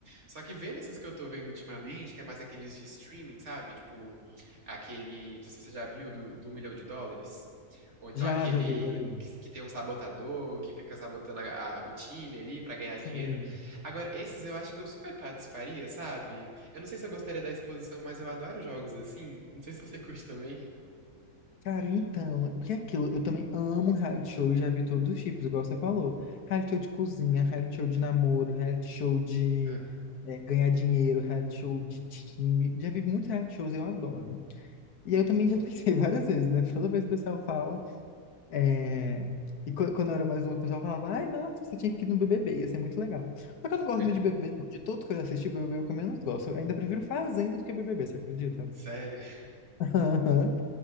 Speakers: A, on the right; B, on the left.
A: Só que vendo esses que eu tô vendo ultimamente, que é mais aqueles de streaming, sabe? Tipo, aquele, não sei se você já viu, do, do Um Milhão de Dólares. Ou então
B: Já,
A: aquele
B: já vi, já vi.
A: que, que tem um sabotador, que fica sabotando a- a- o time ali pra ganhar dinheiro.
B: Sim.
A: Agora, esses eu acho que eu super participaria, sabe? Eu não sei se eu gostaria da exposição, mas eu adoro jogos assim. Não sei se você <laughs> curte também.
B: Cara, então, é porque é aquilo, eu também amo reality show e já vi todos os tipos, igual você falou. Reality show de cozinha, reality show de namoro, reality show de
A: Ah,
B: é, ganhar dinheiro, reality show de time. Já vi muitos reality shows e eu adoro. E eu também já pensei <laughs> várias vezes, né? Toda vez que o pessoal fala. É, E qu- quando eu era mais novo, o pessoal falava, ai, nossa, você tinha que ir no BBB, ia ser muito legal. Só que eu não gosto
A: <laughs>
B: muito de BBB, não. De tudo que eu assisti, BBB é o que eu menos gosto. Eu ainda prefiro Fazenda do que BBB, você acredita?
A: sério.
B: <laughs> Aham.